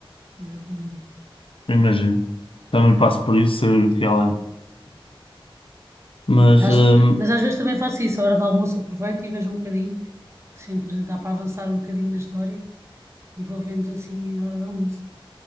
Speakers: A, on the right; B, on the left.
A: exatamente.
B: Imagino. Também passo por isso, saber o que ela é. Mas,
A: Acho-
B: hum,
A: mas às vezes também faço isso, a hora do almoço aproveito e vejo um bocadinho, sempre dá para avançar um bocadinho na história e vou vendo assim a hora do almoço.